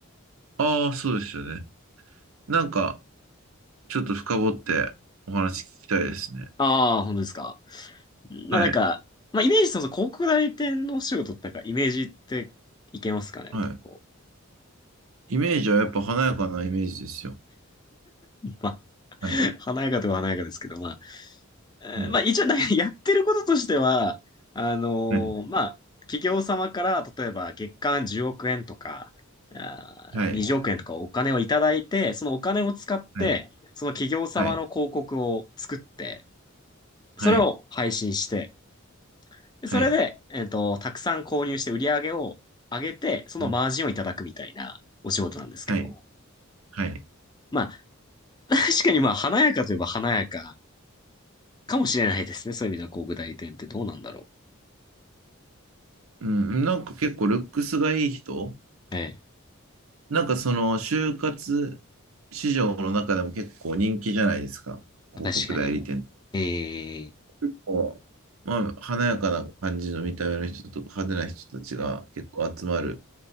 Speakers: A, on the right; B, on the left.
A: ああ、そうですよね。なんか、ちょっと深掘ってお話聞きたいですね。
B: ああ、本当ですか。まあなんか、
A: はい。
B: まあイメージ、その広告代理店のお仕事ってなんかイメージっていけますかね、
A: はい。
B: 結構。
A: イメージはやっぱ華やかなイメージですよ。
B: まあ、<laughs>
A: はい。
B: 華やかでは華やかですけど、まえーまあ一応な
A: はい。
B: <laughs> やってることとしては、あのーまあ企業様から例えば月間10億円とか、
A: はい。
B: あー、
A: はい。
B: 20億円とかお金をいただいて、そのお金を使って、
A: は
B: その企業様の広告を作って、
A: い。はい。
B: それを配信して、でそれで、
A: はい。はい。
B: えっと、たくさん購入して売り上げを上げて、そのマージンをいただくみたいなお仕事なんですけど、
A: うんはい。はい。
B: まあ <laughs> 確かにまあ華やかといえば華やかかもしれないですね。そういう意味ではこう具体点ってどうなんだろ
A: うん。なんか結構ルックスがいい人
B: う。ええ
A: なんかその就活市場の中でも結構人気じゃないですか。広告代理店。
B: 確かに。ええ
A: 結構、まあ、華やかな感じの見た目の人とか派手な人たちが結構集まる